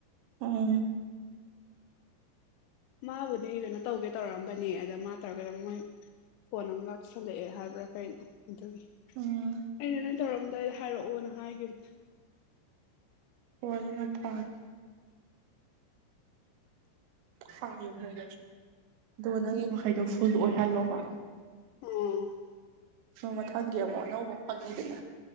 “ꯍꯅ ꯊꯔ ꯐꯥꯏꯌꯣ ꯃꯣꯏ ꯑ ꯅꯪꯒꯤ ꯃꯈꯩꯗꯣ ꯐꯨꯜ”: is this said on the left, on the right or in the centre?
Right